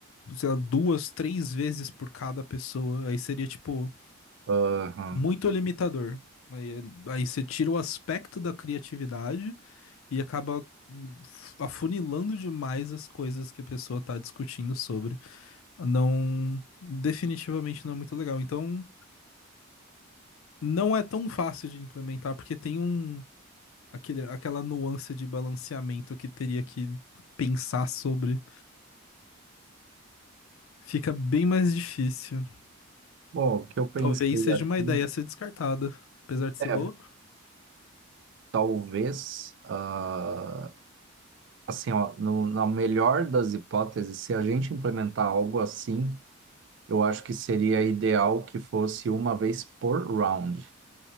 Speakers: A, on the left; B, on the right.
A: sei lá, duas, três vezes por cada pessoa, aí seria, tipo,
B: Aham.
A: muito limitador. Aí, aí você tira o aspecto da criatividade e acaba hum, afunilando demais as coisas que a pessoa tá discutindo sobre. Não, definitivamente não é muito legal. Então, não é tão fácil de implementar, porque tem um aquele, aquela nuance de balanceamento que teria que pensar sobre. Fica bem mais difícil.
B: Bom, o que eu pensei
A: Talvez seja
B: aqui
A: uma ideia a ser descartada, apesar de ser
B: é,
A: boa.
B: talvez, ah, assim, ó, no- na melhor das hipóteses, se a gente implementar algo assim, eu acho que seria ideal que fosse uma vez por round.